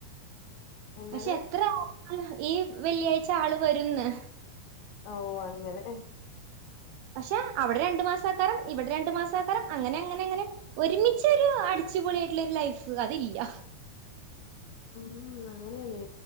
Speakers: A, on the left; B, on the right.
A: എന്താണ്
B: പക്ഷെ എത്ര ആകും ഈ വെള്ളിയാഴ്ച ആള് വരുന്ന്
A: ഓഹ് അങ്ങനെ
B: പക്ഷെ അവിടെ രണ്ടു മാസം ആക്കാരം ഇവിടെ രണ്ടു മാസം ആക്കാരം അങ്ങനെ അങ്ങനെ അങ്ങനെ ഒരുമിച്ച ഒരു അടിച്ചുപൊളിയായിട്ടുള്ള ഒരു ലൈഫ് അതില്ല
A: ഉം അങ്ങനെയാണെ